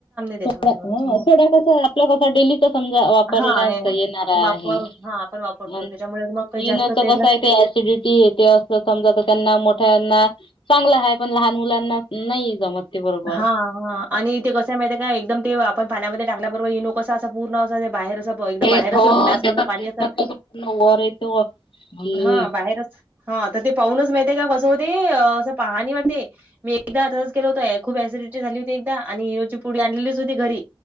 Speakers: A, on the right; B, on the left.
A: त्याच्यामध्ये
B: सोडा
A: मग.
B: हं
A: मग
B: सोडा कसा आपला कसा डेली समजा वापरण्यात
A: हा ए
B: येणारा
A: वापर
B: आहे,
A: हा आपण वापरतो
B: आन्
A: त्याच्यामुळे मग काही जास्त
B: ईनोचं
A: तेल
B: कस हाय ते ऍसिडिट् टी ये ते असं समजा त त्यांना मोठ्यांना चांगलं हाय, पण लहान मुलांना नई जमत ते बरोबर.
A: हा हा आणि ते कस हाय माहितीये काय ते आपण पाण्यामध्ये टाकल्याबरोबर इनो कसा असा पूर्ण अस ते बाहेर बघ ते
B: फेस
A: बाहेर
B: हो
A: असं ग्लास
B: त्याचा
A: मधलं
B: फेस
A: पाणी अस
B: मधलं पूर्ण वर येतो आणि
A: ह बाहेरच हा त ते पाहूनच माहिते का कसं होते असं पाहणी वाटते, मी एकदा तस् केल होतय खूप एसिडिटी झाली होती एकदा आणि ईनोची पुडी आणलेलीच होती घरी